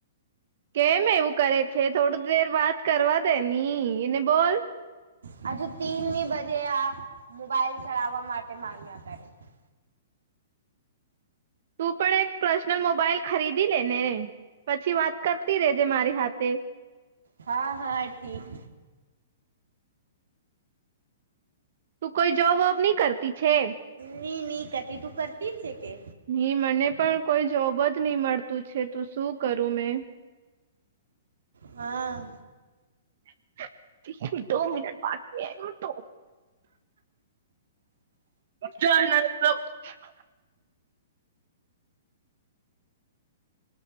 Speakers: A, on the right; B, on the right.
A: કેમ એવું કરે છે, થોડ દેર વાત કરવા દે ની એને બોલ.
B: હજુ તીનની બજે આ મોબાઈલ ચલાવવા માટે માંગ્યા કરે છે.
A: તું પણ એક પર્સનલ મોબાઈલ ખરીદી લે ને પછી વાત કર. <unintelligible> મારી હાથે.
B: હા હા ઠીક.
A: તું કોઈ જોબ વોબ નહી કરતી છે.
B: ની ની કરતી તું કરતી છે કે
A: હ મને પણ કોઈ જોબ જ. ની મળતું છે, <unintelligible> શું કરું મેં.
B: હા.
A: <inaudible> <inaudible>